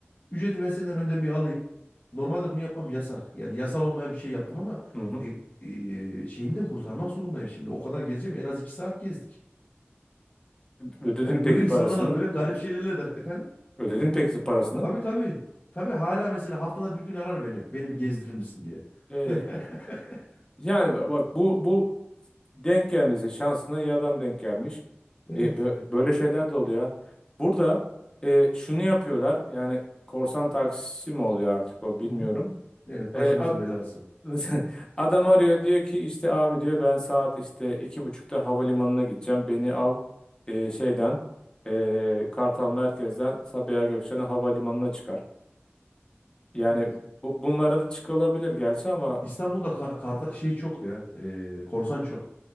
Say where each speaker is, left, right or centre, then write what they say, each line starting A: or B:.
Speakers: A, on the left; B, on the left.
A: Ücreti ben senden önden bir alayım. Normalde bunu yapmam yasak. Yani yasal olmayan bir şey yaptım ama
B: Hı hı.
A: e, e, şeyimi de kurtarmak zorundayım şimdi. O kadar gezeceğim. En az iki saat gezdik.
B: Ödedin
A: Yani
B: peki
A: böyle insanlarla
B: parasını?
A: böyle garip şeylerle de efendim.
B: Ödedin peki parasını?
A: Tabii tabii. Tabii hala mesela haftada bir gün arar beni. Beni bir gezdirir misin diye.
B: E,
A: <laughs>
B: yani bak bu bu Denk gelmesi şansına iyi adam denk gelmiş.
A: Evet.
B: E, bö- böyle şeyler de oluyor. Burada e, şunu yapıyorlar. Yani korsan taksisi mi oluyor artık o bilmiyorum.
A: Hı hı. Evet başımızın
B: E, ad-
A: belası.
B: <laughs> adam arıyor diyor ki işte abi diyor ben saat işte iki buçukta havalimanına gideceğim. Beni al e, şeyden e, Kartal Merkez'den Sabiha Gökçen'e havalimanına çıkar. Yani
A: Evet.
B: bu, bunlara da çıkılabilir gerçi ama.
A: İstanbul'da ka- karta şey çok ya. e, korsan çok.